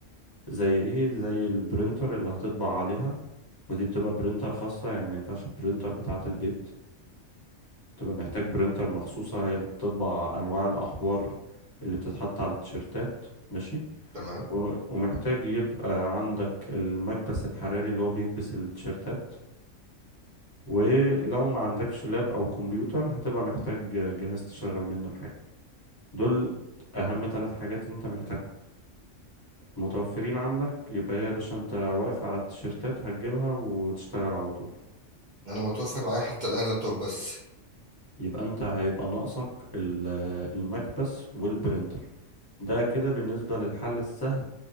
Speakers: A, on the left; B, on the right.
A: زي ايه زي البرينتر اللي هتطبع عليها ودي بتبقى برينتر خاصة يعني ما ينفعش البرينتر بتاعة البيت بتبقى محتاج برينتر مخصوصة هي اللي بتطبع أنواع الأحبار اللي بتتحط على التيشيرتات ماشي
B: تمام
A: و- ومحتاج يبقى عندك المكبس الحراري اللي هو بيكبس التيشيرتات ولو ما عندكش لاب أو كمبيوتر هتبقى محتاج جهاز تشغل منه الحاجة دول أهم ثلاث حاجات أنت محتاجهم متوفرين عندك يبقى هي يا باشا أنت واقف على التيشيرتات هتجيبها وتشتغل على طول
B: انا متوفر معايا حتى الان اللابتوب بس
A: يبقى انت هيبقى ناقصك ال- المكبس والبرينتر ده كده بالنسبة للحل السهل